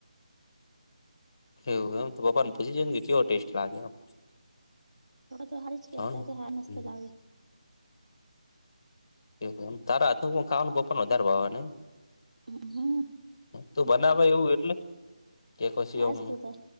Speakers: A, on the left (about 35°); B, on the right (about 75°).
A: હવ હ એમ તો પાપાને પી જ ગ હોટેસ્ટ. લાગે આમ
B: તો હારી જ કેતા
A: હા
B: કે મસ્ત
A: હ
B: લાગે
A: એવમ તા હાથનું ખાવાનું પપન વધારે ભાવવા ને.
B: હમ.
A: તો બનાવા એવું એટલે. કે કછી
B: આજ
A: એમ
B: તો ત